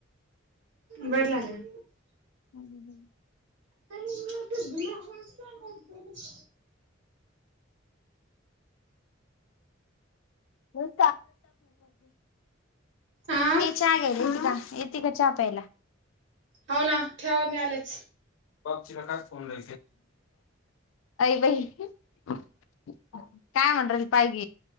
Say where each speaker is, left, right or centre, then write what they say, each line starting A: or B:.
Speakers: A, on the right (about 65°); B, on the left (about 80°).
A: बर झालं.
B: <unintelligible>
A: <unintelligible>
B: <inaudible> ये
A: आ
B: चाय घ्यायला येते का चहा प्यायला?
A: हो ना ठेवा मी आलेच.
B: <inaudible> अरे बाई काय <unintelligible> रिकामा